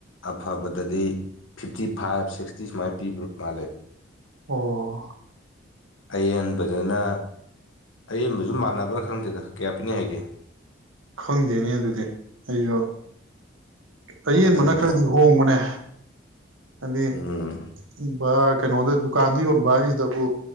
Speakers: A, on the left; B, on the right.
A: ꯑꯐꯕꯗꯗꯤ ꯐꯤꯐꯇꯤ ꯐꯥꯏꯚ ꯁꯤꯛꯁꯇꯤ ꯁꯨꯃꯥꯏꯅ ꯄꯤꯕ꯭ꯔ ꯃꯥꯜꯂꯦ
B: ꯑꯣ
A: ꯑꯌꯦꯦꯟꯕꯗꯅ ꯑꯌꯦꯦꯟꯕꯁꯨ ꯃꯥꯟꯅꯕ꯭ꯔꯥ ꯈꯪꯗꯦꯗ ꯀꯌꯥ ꯄꯤꯅ ꯍꯥꯏꯒꯦ
B: ꯈꯪꯗꯦꯅꯦ ꯑꯗꯨꯗꯤ ꯑꯩꯁꯨ ꯑꯌꯦꯦꯟꯕꯅ
A: ꯇꯧꯗꯕꯅꯤꯅ
B: ꯈꯔꯗꯤ ꯍꯣꯡꯕꯅꯦ ꯑ
A: ꯎꯝ
B: ꯀꯩꯅꯣꯗ ꯗꯨꯀꯥꯟꯗꯤ ꯍꯟꯕꯥꯁꯤꯗꯕꯨ